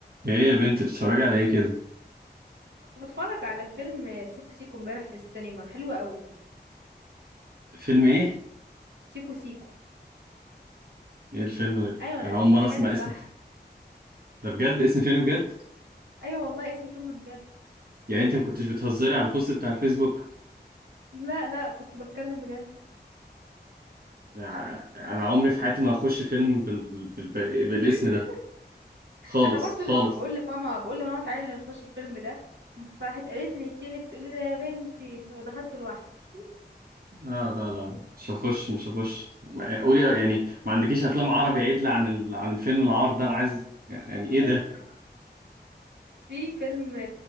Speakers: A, on the right; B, on the right.
A: ايه يا بنت بتتفرجي على ايه كده
B: كنت بتفرج على فيلم سيكو سيكو امبارح في السينما حلو قوي
A: فيلم ايه
B: سيكو سيكو
A: ايه الفيلم اللي...
B: ايوه
A: انا اول
B: انت
A: مره
B: سمعت
A: اسمع
B: صح
A: اسم الف... ده بجد اسم فيلم بجد
B: ايوه والله اسم فيلم بجد
A: يعني انت ما كنتش بتهزري على البوست بتاع الفيسبوك
B: لا لا كنت بتكلم بجد
A: ع- انا عمري في حياتي ما هخش فيلم بال... بال... بال... بالاسم
B: <laughs>
A: ده خالص
B: انا برضو
A: خالص
B: لما بقول لماما بقول لماما تعالي نخش الفيلم ده فراحت قالت لي انت اللي بتقولي ده يا بنتي ودخلت لوحدي
A: لا لا لا مش هخش مش هخش ما- قولي يعني ما عندكيش افلام عربي عدل عن ال... عن الفيلم العار ده انا عايز يعني ايه ده
B: <laughs> في فيلم